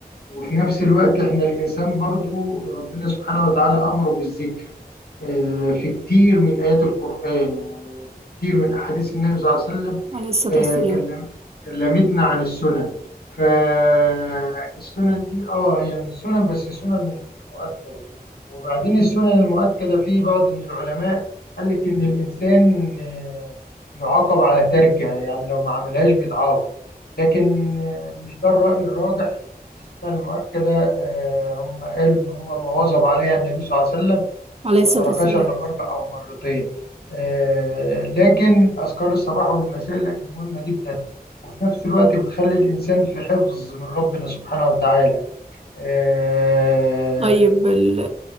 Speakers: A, on the left (about 75°); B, on the right (about 40°).
A: وفي نفس الوقت إحنا الإنسان برضو ربنا سبحانه وتعالى أمره بالذكر آه، في كتير من آيات القرآن وفي كتير من أحاديث النبي صلى الله عليه وسلم
B: عليه الصلاة
A: آه،
B: والسلام
A: كلم كلمتنا عن السنن فالسنن دي اه هي من السنن بس سنن من مؤكدة وبعدين السنن المؤكدة في بعض من العلماء قال لك إن الإنسان آه، يعاقب على تركها يعني لو ما عملهاش بيتعاقب لكن آه، مش ده الرأي الراجح السنن المؤكدة آه، هم قالوا إن هو ما واظب عليها النبي صلى الله عليه وسلم
B: عليه
A: وما
B: الصلاة
A: تركش
B: والسلام
A: إلا مرة أو مرتين آه، لكن أذكار الصباح والمساء لا، مهمة جدا وفي نفس الوقت بتخلي الإنسان في حفظ من ربنا سبحانه وتعالى آه،
B: طيب ال...